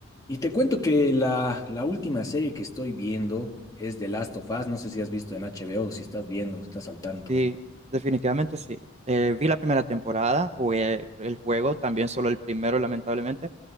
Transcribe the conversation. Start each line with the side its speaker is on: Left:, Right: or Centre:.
Left: Y te cuento que la, la última serie que estoy viendo es The Last of Us. No sé si has visto en HBO, si estás viendo, estás al tanto.
Right: Sí, definitivamente sí. Eh, vi la primera temporada, jugué el juego, también solo el primero, lamentablemente,